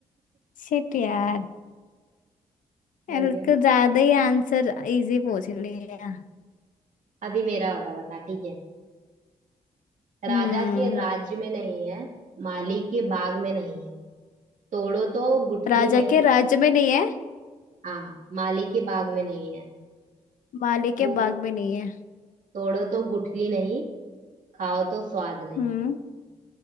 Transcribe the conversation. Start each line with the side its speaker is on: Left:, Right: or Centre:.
Left: छिट यार
Right: हो
Left: एल
Right: गया
Left: का
Right: ना
Left: ज्यादा ही आंसर इजी पूछ लिया
Right: अभी मेरा वाला बता ठीक है राजा
Left: हम्म
Right: के राज्य में नहीं है माली के बाग में नहीं है तोड़ो तो गुठली
Left: राजा
Right: नहीं
Left: के राज्य में नहीं है
Right: हाँ माली के बाग में नहीं है
Left: माली के
Right: तो
Left: बाग में नहीं है
Right: तोड़ो तो गुठली नहीं खाओ तो स्वाद नहीं
Left: हम्म